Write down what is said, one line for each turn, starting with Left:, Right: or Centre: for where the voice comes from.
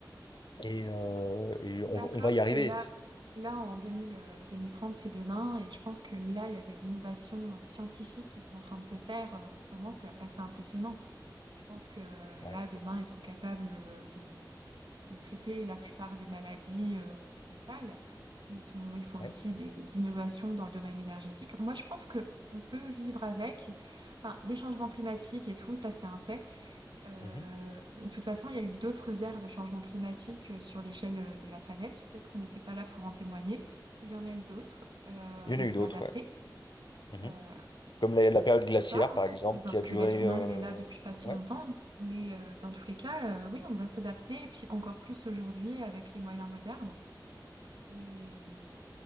Left: Et, euh, et on,
Right: Je suis d'accord
Left: on va y arriver.
Right: que là, là en 2000, euh, 2030, c'est demain. Et je pense que là, il y a des innovations euh, scientifiques qui sont en train de se faire. Euh, En ce moment, c'est assez impressionnant. Je pense que euh,
Left: Ouais.
Right: là, demain, ils sont capables euh, de de traiter la plupart des maladies euh, létales, mais ils sont, il faut aussi
Left: Ouais.
Right: des innovations dans le domaine énergétique. Moi, je pense que on peut vivre avec. Enfin, le changement climatique et tout, ça, c'est un fait. Euh,
Left: Mhm.
Right: de toute façon, il y a eu d'autres ères de changement climatique euh, sur l'échelle euh, de la planète. Peut-être qu'on n'était pas là pour en témoigner, mais il y en a eu d'autres. Euh,
Left: Il y
Right: on
Left: en a
Right: s'est
Left: eu d'autres,
Right: adapté.
Left: ouais. Mhm.
Right: Euh,
Left: Comme la, la période glaciaire,
Right: ou pas, hein,
Left: par exemple,
Right: parce
Left: qui a
Right: que
Left: duré...
Right: l'être humain,
Left: euh,
Right: il est là depuis pas si
Left: Ouais,
Right: longtemps. Mais euh, dans tous les cas, euh, oui, on va s'adapter, et puis encore plus aujourd'hui avec les moyens modernes, et,